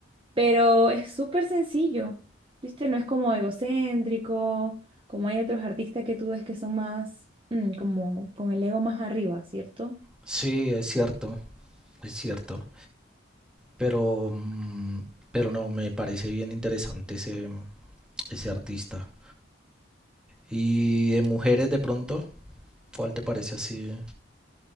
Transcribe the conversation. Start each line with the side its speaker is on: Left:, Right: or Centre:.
Right: Pero es súper sencillo, ¿viste? No es como egocéntrico, como hay otros artistas que tú ves que son más, mm, como con el ego más arriba, ¿cierto?
Centre: Sí, es cierto, es cierto. Pero, mm, pero no, me parece bien interesante ese, ese artista. Y de mujeres de pronto, ¿cuál te parece así?